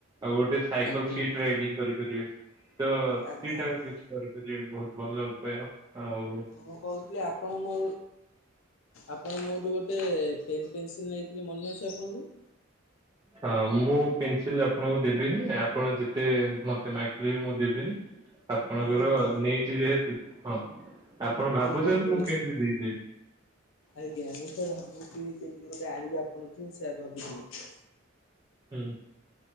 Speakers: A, on the right; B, on the left.
A: ଆଉ ଗୋଟେ ସାଇକି ସାଇକଲ
B: ଆଜ୍ଞା
A: ସିଟ୍ ରାଇଡିଙ୍ଗ୍ କରିପାରିବେ ତ
B: ଆଜ୍ଞା
A: ଦି ଟା
B: ଆଜ୍ଞା।
A: କିଛି କରିପାରିବେ ବହୁତ ଭଲ ଉପାୟ। ଆଉ
B: ମୁଁ କହୁଥିଲି ଆପଣ ମୋ ଆପଣ ମୋଠୁ ଗୋଟେ ପେନ୍ ପେନ୍ସିଲ୍ ନେଇଥିଲେ ମନେ ଅଛି ଆପଣଙ୍କୁ?
A: ହଁ ମୁଁ ପେନସିଲ ଆପଣଙ୍କୁ ଦେବିନି ଆପଣ ଯେତେ ମତେ ମାଗିଲେ ବି ମୁଁ ଦେବିନି। <inaudible> ଆପଣଙ୍କର
B: ଆପଣ
A: ନେଇଛିି ଯେହେତୁ ହଁ ଆପଣ ଭାବୁଚନ୍ତି
B: ବହୁତ ଭଲ
A: ମୁଁ କେମିତି ଦେଇଦେବି।
B: ଆଜ୍ଞା ମୁଁ ତ ଭାବୁଛି କେମିତି ଗୋଟେ ଆଣିବି ଆପଣଙ୍କଠୁ ସେଇଆ ଭାବୁଥିଲି।
A: ହୁଁ।